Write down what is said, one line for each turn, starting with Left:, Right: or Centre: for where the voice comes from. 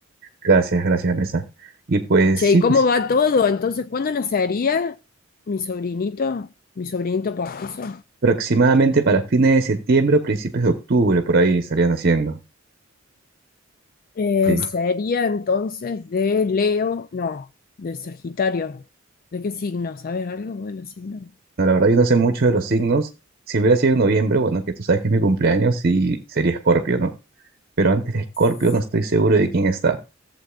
Right: gracias, gracias, Vanessa. Y pues
Left: Che,
Right: sí,
Left: ¿y cómo
Right: pues
Left: va todo? Entonces, ¿cuándo nacería mi sobrinito? Mi sobrinito postizo.
Right: aproximadamente para fines de septiembre o principios de octubre, por ahí estarían haciendo.
Left: Eh,
Right: Sí.
Left: sería entonces de Leo, no, de Sagitario. ¿De qué signo? ¿Sabes algo vos de los signos?
Right: No, la verdad yo no sé mucho de los signos. Si hubiera sido en noviembre, bueno, que tú sabes que es mi cumpleaños, sí sería Escorpio, ¿no? Pero antes de Escorpio
Left: Sí.
Right: no estoy seguro de quién está.